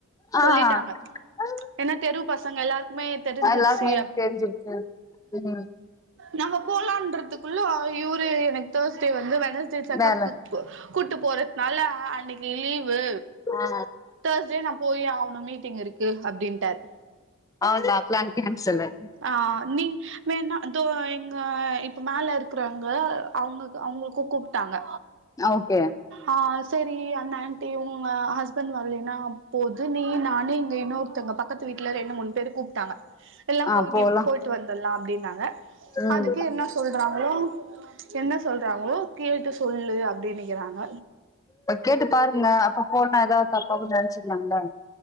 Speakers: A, on the left; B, on the right.
A: ஆ ஆ
B: சொல்லிட்டாங்க ஏன்னா தெரு பசங்க எல்லாருக்குமே தெரிஞ்சிருச்சு
A: எல்லாருக்குமே தெரிஞ்சிருக்கு ம்
B: நம்ம போலான்றத்துக்குள்ள இவ்ரு எனக்கு தேர்ஸ்டே வந்து வெனஸ்டே செக்கப்க்கு
A: வேல
B: கு கூட்டு போறத்னால அன்னைக்கு லீவ் வு
A: ஆ
B: தேர்ஸ்டே நா போயே ஆவணு மீட்டிங் இருக்கு அப்டின்ட்டாரு
A: ஆல் <unintelligible> சொல்லு
B: ஆ நீ வேண்ணா இதோ எங்க இப்போ மேலே இருக்குறவங்க அவுங்கக்கு அவுங்ளுக்கு கூப்டாங்க
A: ஆ ஓக்கே
B: ஆ செரி அந்த ஆண்டி உங்க ஹஸ்பண்ட் வல்லனா போது நீ நானு இங்க இன்னொ த்தங்க பக்கத்து வீட்ல ரெண்டு மூன் பேரு கூப்டாங்க எல்லாம்
A: ஆ
B: போகி
A: போலா
B: போயிட்டு வந்துர்லா அப்டின்னாங்க
A: ம்
B: அதுக்கு என்ன சொல்றாங்ளோ என்ன சொல்றாங்ளோ கேட்டு சொல்லு அப்டி நிக்றாங்க
A: ஒ கேட்டு பாருங்க அப்ப போனா எதா தப்பா கீது நெனச்சிருலால